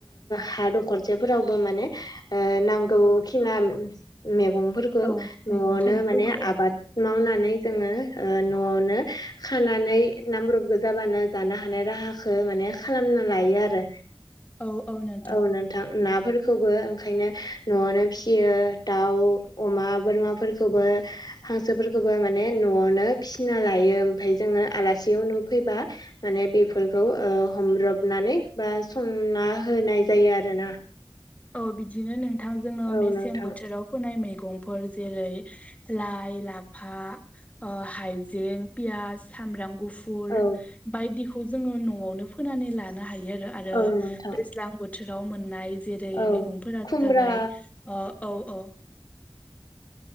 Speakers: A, on the left (about 50°); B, on the left (about 15°).
A: हा दखरसेफोरावबो माने ओ नांगौ खिना मैगंफोरखौ
B: औ मैगं
A: न'आवनो
B: थाइगंफोरखौ
A: माने
B: औ
A: आबाद मावनानै जोङो ओ न'आवनो खानानै नांब्रबगो जाबानो जानो हानाय राहा खो माने खालामना लायो आरो
B: औ नोंथां
A: औ नों थां नाफोरखोबो ओंखायनो न'आवनो फिसियो दाउ अमा बोरमाफोर खौबो हांसोफोरखोबो माने न'आवनो फिसिना लायो ओमफाय जोङो आलासि उनु फैबा माने बेफोरखौ ओ हमब्रबनानै बा संना होनाय जायो आरोना।
B: औ बिदिनो नोंथांजोंनो
A: औ
B: मेसें
A: नोंथां
B: बोथोराव फोनाय मैगंफोर जेरै लाइ लाफा ओ हायजें पियास सामब्राम गुफुर फुर
A: औ
B: बायदिखौ जोङो न'आवनो फोनानै लानो हायो आरो आरो
A: औ नोंथां
B: दैज्लां बो बोथोराव मोननाय जेरै
A: औ
B: मैगंफोरा
A: खुमब्रा
B: जाबाय अ औ औ